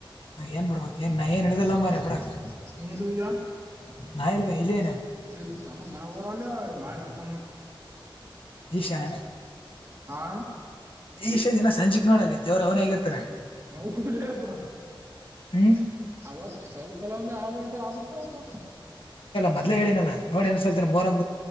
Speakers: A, on the left; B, on the right.
A: ಎನ್ ಬಿಡ್ಬೇಕ್ ಎನ್ ನಡೆದಿಲ್ಲ ಮಾರ್ರೆ ಬಿಡಕ್ಕೆ
B: ಎನ್ನ ದಾ <inaudible> <unintelligible>
A: ನಾ ಇಲ್ವ ಇಲ್ಲ ಏನೇ
B: ಇ ತಮ್ಮ ಗನ ಊರ ಅಲ್ಲ ಮಾಡನೋ ತಮ್ಮ
A: ಈಶಾನ
B: ಆ
A: ಈಷೆ ದಿನ ಸಂಜೆಕ್ ನೋಡಲ್ಲಿ ದೇವ್ರು ಅವರೆ ಆಗಿರ್ತಾನೆ
B: ಹೌದ್ಲೇಪ್ಪ
A: ಹ್ಞೂ
B: ಅವತ್ ಸ್ವಲ್ಪಲ್ಲ ಒಂದ ಆಬಟ್ಟ ಆಬಿಡ್ತವತ
A: ಮೊದ್ಲೇ ಹೇಳನಲ್ಲ ನೋಡಿ ಇನ ಸ್ವಲ್ಪಾ ಮೊಹರಂ